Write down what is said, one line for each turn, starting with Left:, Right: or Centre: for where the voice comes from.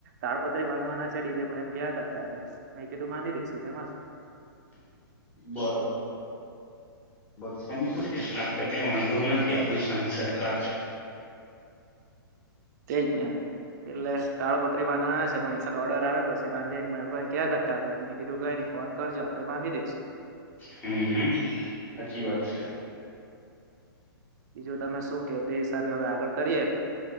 Right: તાડપત્રી બાંધવા ના છે ડીજે પર એમ કેયા કરતા હતા મેં કેધુ બાધી દઈસુ તે મા શું
Left: <inaudible> બરો બર છે એટલે આપડે કંઈ વાંધો નથી આપણું સાહી સરકાર <inaudible>
Right: તેજ ને એટલે તાળપત્રી બાંધવાના છે પણ ઓર્ડર આવે પછી બાંધી મયુરભાઈ ક્યા કરતા હતા મેં કીધું કયની ફોન કરજો આપડે બાંધી દેસુ
Left: હમ સાચી વાત છે.
Right: બીજું તમે શું કેવ તે હિસાબે હવે આગળ કરીએ